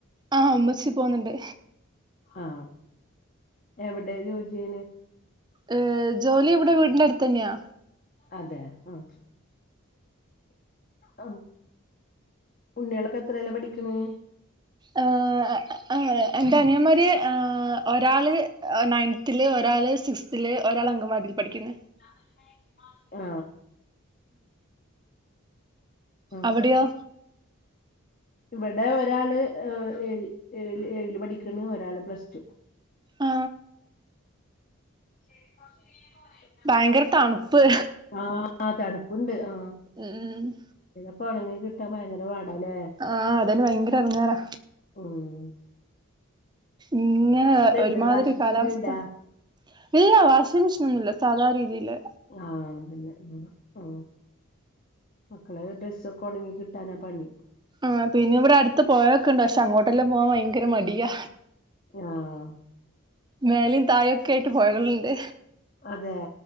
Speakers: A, on the right (about 20°); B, on the left (about 40°).
A: ആഹ് ഉമ്മച്ചി പോവുന്നുണ്ട്
B: ആ എവ്ടെ ജോലി ചെയ്യ്ന്നേ
A: ഏ ജോലി ഇവ്ടെ ഒരു വീട്ട്ന്റെ അടുത്ത് ന്നെയാ
B: അതെ ഉം ആ ഉണ്ണികളൊക്കെ എത്രേലാ പഠിക്കുന്നെ
A: ഏഹ്ഹ് ഏഹ്ഹ് എന്റെ അനിയന്മാര് ഏഹ് ഒരാള് നയൻത്തില് ഒരാള് രാള് സിസ്റ്റ്ത് ല് ഒരാള് അംഗവാടിൽ പടിക്ക്ന്ന്
B: <unintelligible> ആം ആഹ്
A: അവിടിയോ
B: ഇവിടെ ഒരാള് ഏ ഏഴ് എഴിൽ പഠിക്കണ് ഒരാള് പ്ലസ് ടു
A: ആ
B: <inaudible>
A: ഭയങ്കര തണുപ്പ്
B: ആ തണുപ്പുണ്ട് ആ.
A: ഉം ഉ
B: പ്പോ ഉണങ്ങികിട്ടാൻ ഭയങ്കര പാടാല്ലേ
A: ആഹ് അതന്നെ ഭയങ്കര എടങ്ങേറാ
B: ഉമ്.
A: ഇങ്ങനെ
B: ഇത്ണ്ടാ
A: ഒരുമാതിരി
B: വാഷിംഗ് മെഷീൻ
A: കാലാവസ്ഥ
B: ഇണ്ടാ
A: ഇല്ല വാഷിമിഷി <unintelligible> സാധ രീതിയിയിലെ
B: ആ അതന്നെ ആ. ആ മക്കളെ ഡ്രസ്സൊക്കെ ഉണങ്ങി കിട്ടാനാ പണി.
A: ആ പിന്നെ ഇവിടെ അടുത്ത് പോയൊക്കെ ഇണ്ട് പക്ഷെ അങ്ങോട്ടല്ലാം പോവാൻ ഭയങ്കര മടിയാ.
B: ആഹ്
A: മേലും തായൊക്കെ ആയിട്ട് പോയകള്ളുണ്ട്.
B: അതെ